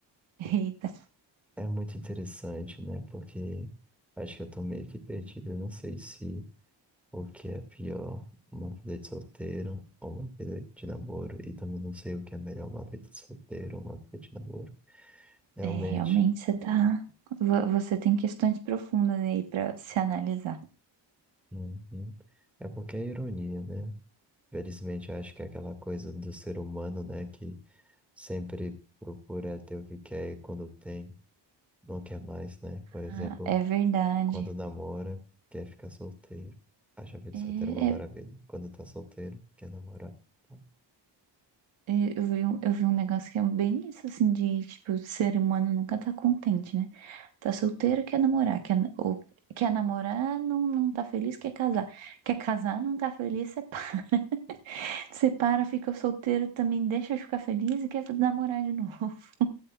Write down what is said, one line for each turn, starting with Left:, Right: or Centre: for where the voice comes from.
Right: <laughs> Eita,
Centre: É muito interessante, né? Porque acho que eu tô meio que perdido, eu não sei se o que é pior, uma vida de solteiro ou uma vida de namoro, e também não sei o que é melhor, uma vida de solteiro ou uma vida de namoro. Realmente,
Right: É, realmente você tá. vo- Você tem questões profundas aí pra se analisar.
Centre: uhum. É porque é ironia, né? Felizmente, eu acho que é aquela coisa do ser humano, né, que sempre procura ter o que quer e quando tem, não quer mais, né? Por exemplo,
Right: Ah, é verdade.
Centre: quando namora, quer ficar solteiro. Acha a vida
Right: É,
Centre: solteira uma maravilha. Quando tá solteiro, quer namorar. tá?
Right: é, eu vi um, eu vi um negócio que é bem isso, assim, de, tipo, o ser humano nunca tá contente, né? Tá solteiro, quer namorar. Quer, na- ou quer namorar, não, não tá feliz, quer casar. Quer casar, não tá feliz, separa. <laughs> Separa, fica solteiro também, deixa de ficar feliz e quer namorar de novo. <laughs>